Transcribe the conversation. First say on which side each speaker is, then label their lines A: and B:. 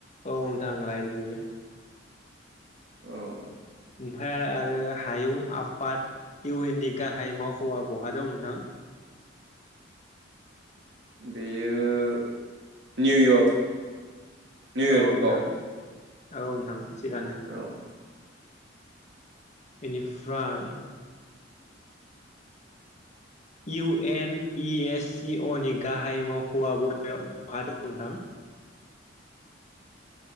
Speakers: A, on the left (about 40°); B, on the right (about 65°).
A: औ नोंथां राइत बियो
B: औ
A: ओमफ्राय आरो हायुं आफाद इउ एन नि गाहाय मावख'आ बहा दं नोंथां
B: बेयो निउयर्क निउयर्कआव
A: औ नोंथां औ नोंथां थिगानो
B: औ
A: बेनिफ्राय इउ एन इ एस सिअ नि गाहाय मावख'वा बबेयाव बहा दं नोंथां